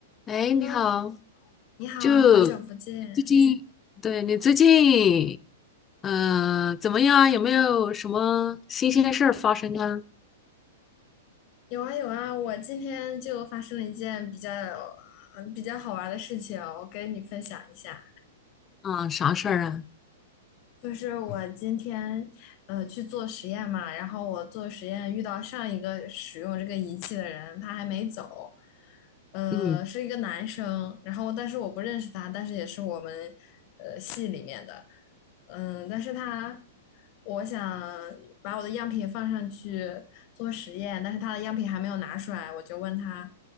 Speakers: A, on the left; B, on the left.
A: 哎，
B: Hello，
A: 你好，
B: 你好啊，
A: 就
B: 好久不见。
A: 最近，对你最近，嗯，怎么样？有没有什么新鲜事儿发生啊？
B: 有啊有啊，我今天就发生了一件比较嗯比较好玩的事情哦，我跟你分享一下。
A: 啊，啥事儿啊？
B: 就是我今天呃去做实验嘛，然后我做实验遇到上一个使用这个仪器的人，他还没走，呃，
A: 嗯
B: 是一个男生，然后但是我不认识他，但是也是我们呃系里面的，嗯，但是他。我想把我的样品放上去做实验，但是他的样品还没有拿出来，我就问他，